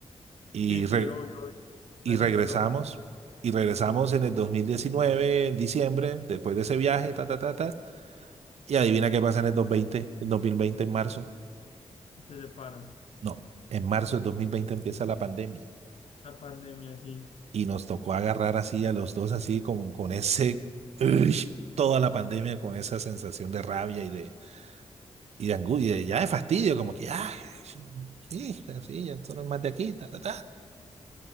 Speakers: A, on the right; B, on the left.
A: Y,
B: Sí, sí,
A: re-
B: obvio, obvio.
A: y
B: El
A: regresamos.
B: año pasado cualquiera
A: Y regresamos en el 2019, en diciembre, después de ese viaje, ta, ta, ta, ta. Y adivina qué pasa en el 2020 en dos mil veinte en marzo.
B: se separan.
A: No, en marzo del 2020 empieza la pandemia.
B: La pandemia, sí.
A: y nos tocó agarrar así a los dos, así como con ese, uy, toda la pandemia, con esa sensación de rabia y de, y de angustia, y ya de fastidio, como que, ah, sí, sí, ya son más de aquí, ta, ta, ta.